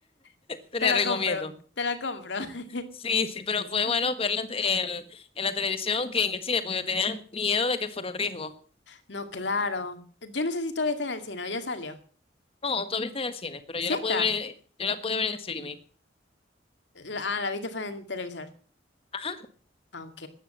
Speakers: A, on the left (about 75°); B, on the left (about 30°).
A: <laughs>
B: Te
A: Te
B: la
A: la
B: recomiendo.
A: compro, te la compro. <laughs>
B: Sí, sí, pero fue bueno verla en, en- en la televisión que en el cine, porque yo tenía miedo de que fuera un riesgo.
A: No, claro. Yo no sé si todavía está en el cine, ¿o ya salió.
B: No, todavía está en el cine, pero
A: ¿Sí
B: yo la
A: está?
B: pude ver, en- yo la pude ver en el streaming.
A: La- Ah, la viste fue en televisor.
B: Ajá,
A: Ah, ok.